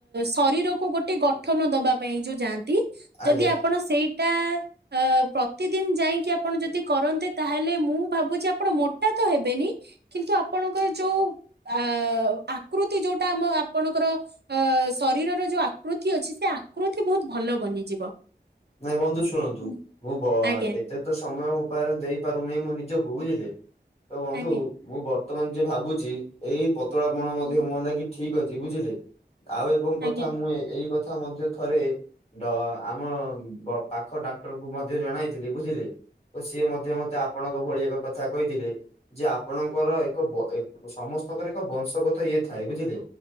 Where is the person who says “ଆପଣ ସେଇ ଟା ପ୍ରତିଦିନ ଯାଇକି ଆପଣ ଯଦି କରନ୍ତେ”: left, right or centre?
Right